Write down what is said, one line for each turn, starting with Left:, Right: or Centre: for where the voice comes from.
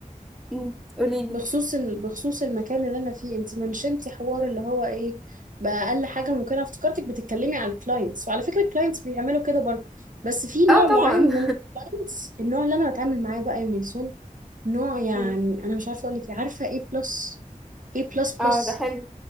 Centre: مم، قوليلي
Right: بخصوص ال... بخصوص المكان اللي انا فيه انت منشنتي حوار اللي هو ايه بقى اقل حاجه ممكنه افتكرتك بتتكلمي على الكلاينتس وعلى فكره الكلاينتس بيعملوا كده برضه بس في نوع
Centre: اه
Right: معين
Centre: طبعا
Right: من
Centre: <laughs>
Right: الكلاينتس النوع اللي انا بتعامل معاه بقى يا ميسون نوع يعني
Centre: مم.
Right: انا مش عارفه اقول لك إيه، عارفه ايه بلس ايه بلس
Centre: اه
Right: بلس
Centre: ده حلو